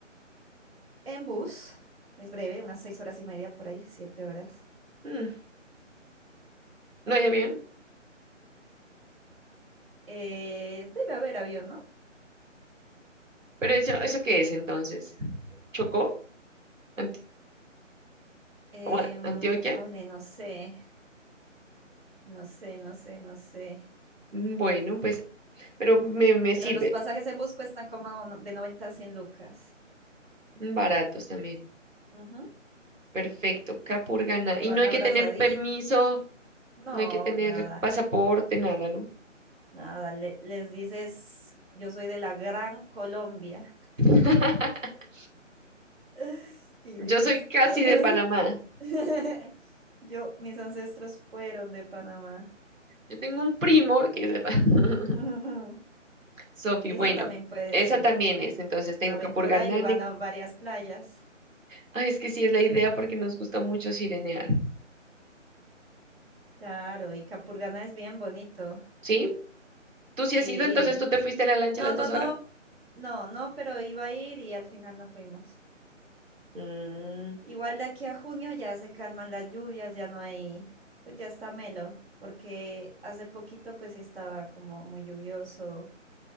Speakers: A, on the right; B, on the right.
A: En bus, es breve, unas seis horas y media por ahí, siete horas.
B: Mm, ¿no
A: Ujú.
B: hay avión?
A: Eh, debe haber avión, ¿no?
B: ¿Pero eso, eso qué es entonces? ¿Chocó? Ant-
A: Em,
B: o a- ¿Antioquia?
A: ole, no sé, no sé, no sé, no sé.
B: Mm, Bueno, pues, pero me, me
A: Pero
B: sirve.
A: los pasajes en bus cuestan como no- de noventa a cien lucas.
B: Mm, Baratos también.
A: Ujú.
B: Perfecto. Capurganá.
A: Y Se
B: Y
A: van
B: no hay
A: abrazaditos.
B: que tener permiso,
A: No,
B: no hay que tener
A: nada,
B: pasaporte, nada, ¿no?
A: nada. le- les dices, yo soy de la Gran Colombia.
B: <laughs>
A: <laughs> Y
B: Yo
A: listo.
B: soy casi de Panamá.
A: <laughs> Yo, mis ancestros fueron de Panamá.
B: Yo tengo un primo que es de Panamá.
A: <laughs>
B: <laughs> Sofi,
A: Esa
B: bueno,
A: también puede
B: esa
A: ser
B: también es. Entonces
A: una
B: tengo
A: aventura
B: Capurganá,
A: y van a varias playas.
B: Ay, es que sí es la idea porque nos gusta mucho sirenear.
A: Claro, y Capurganá es bien bonito.
B: ¿Sí? ¿Tú sí
A: Sí.
B: has ido? Entonces tú te fuiste en la lancha
A: No,
B: a las
A: no,
B: dos
A: no,
B: horas.
A: no, no, pero iba a ir y al final no fuimos.
B: Mm,
A: Igual de aquí a junio ya se calman las lluvias, ya no hay, pues ya está melo, porque hace poquito pues sí estaba como muy lluvioso